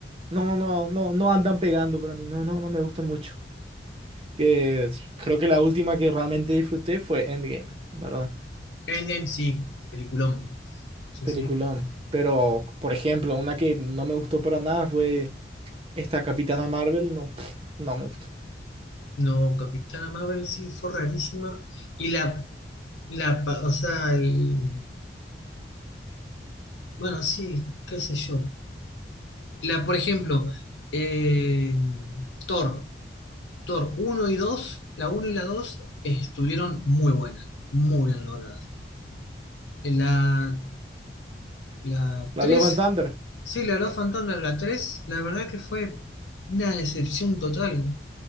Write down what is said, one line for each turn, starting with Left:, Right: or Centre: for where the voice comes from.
Right: No, no, no, no andan pegando para mí. No, no, no me gustan mucho. Que es- creo que la última que realmente disfruté fue Endgame, ¿verdad?
Left: Endgame sí, peliculón. Sí,
Right: Peliculón.
Left: sí.
Right: Pero, por ejemplo, una que no me gustó para nada fue esta Capitana Marvel. No, <sniffs> no me gustó.
Left: No, Capitana Marvel sí fue rarísima. Y la, la, pa- o sea, el- bueno, sí, qué sé yo. La, por ejemplo, eh, Thor, Thor uno y dos la uno y la 2 estuvieron muy buenas, muy bien logradas. La, la
Right: La
Left: 3
Right: Love and Thunder.
Left: sí, la Love and Thunder, la 3 la verdad que fue una decepción total.